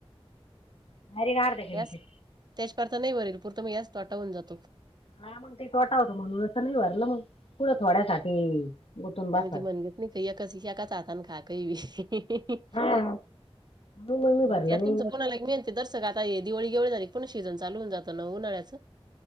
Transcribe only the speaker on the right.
यास त्याच्यापथ नाही वरेल पुरत मग यास तोटावून जातो
आम ते म्हणगेत नाही कही अ एकाच हातान खा कही बी
त्या
तुमचं कोणाला मिेनते दर्शक आता दिवाळी एवढे झा पण सिजन चालू होन जातं न उन्हाळ्याचं